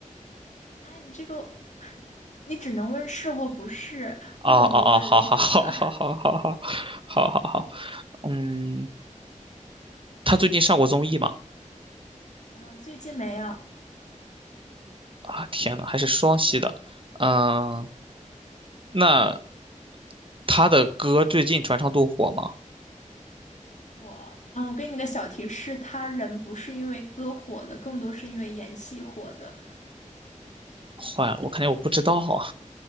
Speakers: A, on the left; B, on the right.
A: 哎，你这个，你只能问是或不是，
B: 哦哦哦，
A: 不能问这种的。
B: 好好好好好好好好好好，嗯，他最近上过综艺吗？
A: 呃，最近没有
B: 啊，天呐，还是双栖的。嗯，那他的歌最近传唱度火吗？
A: 我，嗯，我给你个小提示，他人不是因为歌火的，更多是因为演戏火的。
B: 坏了，我肯定我不知道啊，